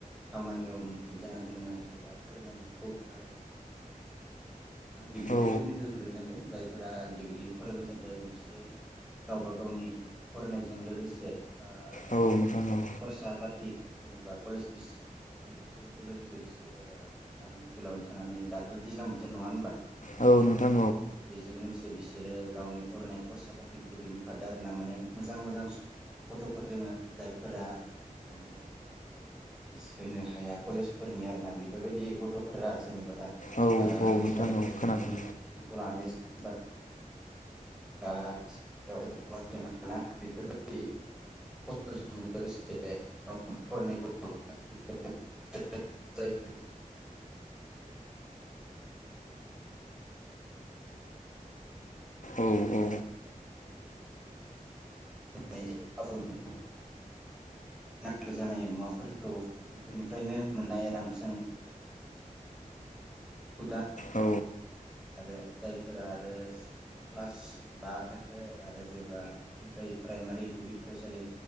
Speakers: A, in the centre; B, on the left.
A: खामानियाव मुखुब जाना दोङो एबा फरायनायाव मुखुब आरो आं डिग्रि
B: औ
A: लेभेरनिखौ होनगोनो सानदों जायफोरा डिग्रि फरायबाय थादों बिसोर गावबा गावनि फरायनायजों लोगोसे ओ
B: औ
A: गावनि
B: नोंथां औ
A: खरसा पाथि जेनेबा कलेज फिस बेफोरजोंबो लोगोसे बिसोरो गामि ओनसोलावनो थानानै दाथ' दैज्लां बोथोर नङा होनबा
B: औ नोंथां
A: औ बेजों लोगोसे बिसोरो गावनि फरायनाय खरसा पाथिखौबो दिहुनफादो आर ना माने मोजां मोजां गथ'फोर दोङो जायफोरा माने फिस होनो हाया कलेजफोरनि आरोना बेफोरबायदि गथ'फोरा जेनेबा ओ
B: औ औ
A: दैज्लां
B: नोंथां
A: इयुन
B: औ खोनादों
A: खौ लानानै बा <inaudible> बेफोरबायदि खस्थ'जों लोगोसे गाव फरायनायखौ <unintelligible> जाय <unintelligible>
B: औ औ
A: <unintelligible> नांगौ जानाय मुवाफोरखौ बेफोरनिफ्रायनो मोननाय रांजों सुखुदा
B: औ
A: आरो जायफोरा आरो क्लास बा थाखो आरो जेब्ला उन्दै प्राइमारि गुदि फरायसालि